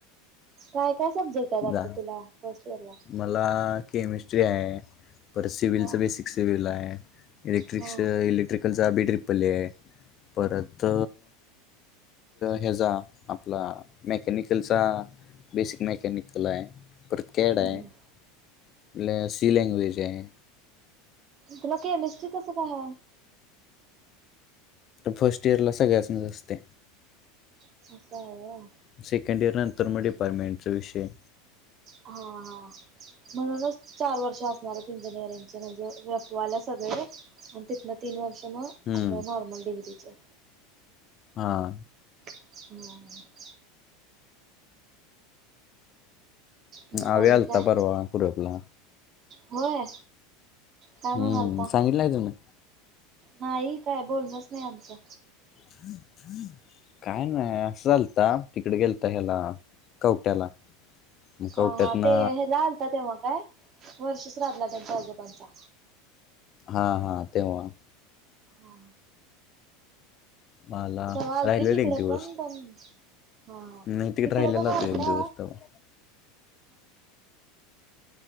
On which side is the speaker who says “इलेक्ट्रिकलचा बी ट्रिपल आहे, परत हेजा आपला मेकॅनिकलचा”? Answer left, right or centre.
Left